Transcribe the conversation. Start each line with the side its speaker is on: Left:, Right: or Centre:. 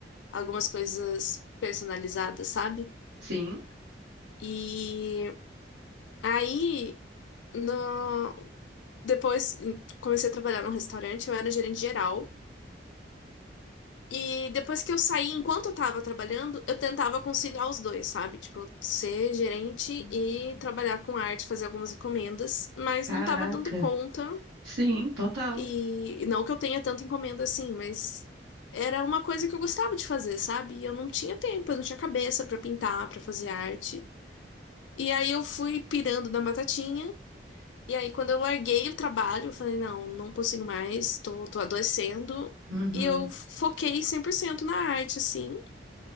Left: algumas coisas personalizadas, sabe?
Right: sim.
Left: E aí, no, depois comecei a trabalhar num restaurante, eu era gerente geral. E depois que eu saí, enquanto eu tava trabalhando, eu tentava conciliar os dois, sabe? Tipo, ser gerente e trabalhar com arte, fazer algumas encomendas, mas
Right: Caraca.
Left: não tava dando conta.
Right: Sim, total.
Left: E e não que eu tenha tanta encomenda assim, mas era uma coisa que eu gostava de fazer, sabe? E eu não tinha tempo, eu não tinha cabeça pra pintar, pra fazer arte. E aí eu fui pirando na batatinha. E aí, quando eu larguei o trabalho, eu falei, não, não consigo mais, tô, tô adoecendo.
Right: Uhum.
Left: E eu foquei 100% na arte, assim.